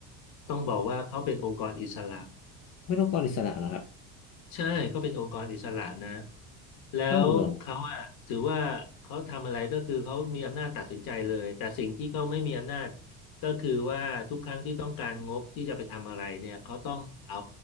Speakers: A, on the left (about 55°); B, on the left (about 40°).
A: ต้องบอกว่าเขาเป็นองค์กรอิสระ
B: ไม่ต้องกรอิสระเหรอครับ
A: ใช่ก็เป็นองค์กรอิสระนะแล้วเขาอะถือว่าเขาทำอะไรก็คือเขามีอำนาจตัดสินใจเลยแต่สิ่งที่เขาไม่มีอำนาจ
B: อ้าวเหรอ
A: ก็คือว่าทุกครั้งที่ต้องการงบที่จะไปทำอะไรเนี่ยเขาต้องเอา